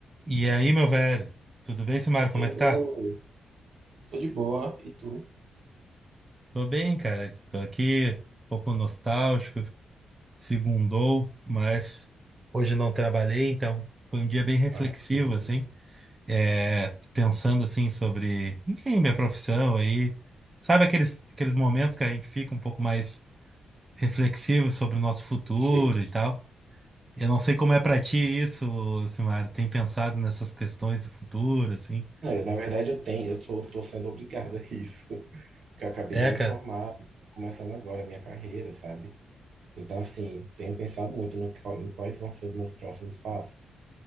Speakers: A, on the right; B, on the right.
A: E aí, meu velho? Tudo bem, Simar? Como
B: E aí,
A: é que
B: bro?
A: tá?
B: Tô de boa. E tu?
A: Tô bem, cara. Tô aqui, um pouco nostálgico, segundou, mas hoje não trabalhei, então foi um dia bem reflexivo,
B: Ah, que coisa boa.
A: assim. É, pensando, assim, sobre, enfim, minha profissão aí. Sabe aqueles, aqueles momentos que a gente fica um pouco mais reflexivo sobre o nosso futuro
B: Sei.
A: e tal? Eu não sei como é pra ti isso, Simar. Tem pensado nessas questões do futuro, assim?
B: É, Na verdade, eu tenho, eu tô, tô sendo obrigado a isso, <laughs> porque eu acabei
A: É,
B: de me
A: cara.
B: formar, começando agora a minha carreira, sabe? Então, assim, tenho pensado muito no, qual- em quais vão ser os meus próximos passos.